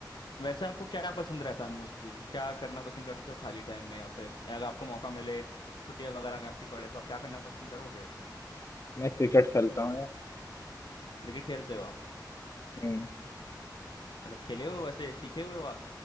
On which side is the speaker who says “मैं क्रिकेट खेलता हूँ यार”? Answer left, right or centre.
Left